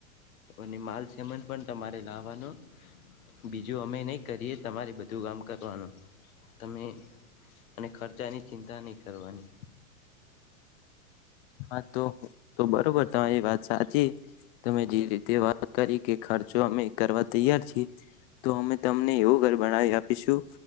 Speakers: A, on the left; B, on the left.
A: અને માલ સમન પણ તમારે લાવવાનો બીજું અમે નહીં કરીએ તમારે બધું કામ કર વાનો તમે અને ખર્ચાની ચિંતા નહીં કરવાની
B: હા તો તો બરોબર તમારી વાત સાચી તમે જે રીતે વાત કરી કે ખર્ચો અમે કરવા તૈયાર છીએ. તો અમે તમને એવું ઘર બનાાવ આપીશું